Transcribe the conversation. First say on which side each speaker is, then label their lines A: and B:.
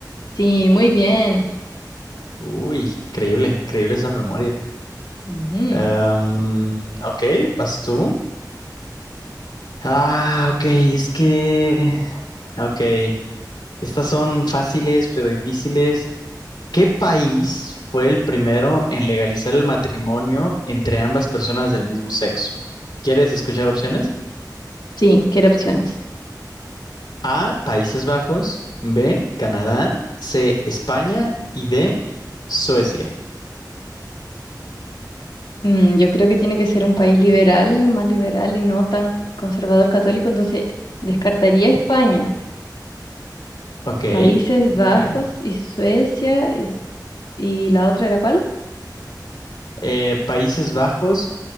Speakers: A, on the left; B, on the left.
A: Sí, muy bien.
B: Uy, increíble, increíble esa memoria.
A: Ujú.
B: Am, ok, ¿vas tú? Ah, ok, es que... Ok, estas son fáciles pero difíciles. ¿Qué país fue el primero en legalizar el matrimonio entre ambas personas del mismo sexo? ¿Quieres escuchar opciones?
A: Sí, quiero opciones.
B: A, Países Bajos, B, Canadá, C, España y D, Suecia.
A: Mm, yo creo que tiene que ser un país liberal, más liberal y no tan conservador católico, entonces descartaría España,
B: Ok,
A: Países Bajos
B: ok.
A: y Suecia y, y la otra era cuál?
B: eh, Países Bajos,